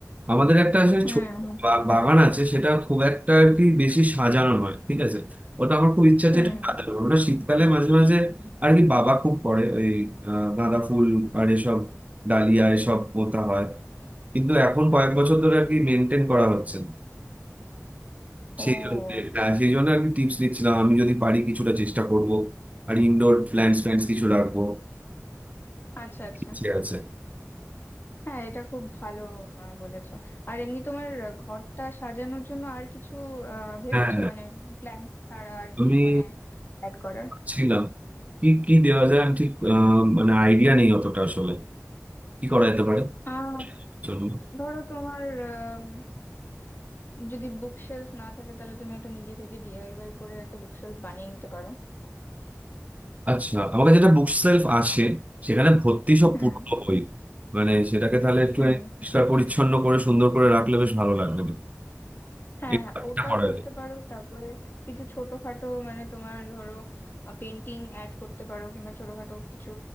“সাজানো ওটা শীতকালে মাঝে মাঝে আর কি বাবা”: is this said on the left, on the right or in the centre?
Right